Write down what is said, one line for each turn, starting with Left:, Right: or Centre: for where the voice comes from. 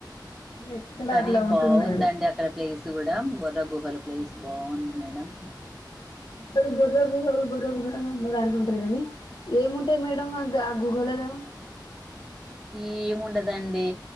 Left: ఎక్కడ
Centre: కానీ
Left: అట్లా ఉంటున్నారు
Centre: బాగుందండి అక్క అక్కడ ప్లేస్ కూడా బోర్ర గుహల ప్లేస్ బాగుంది మేడం
Left: ఎప్పుడు బొర్రా గుహలు బొర్రా గుహలు ఉని అంటుంటారు కానీ ఏముంటాయి మేడం ఆ గుహలలో
Centre: ఏముండదండి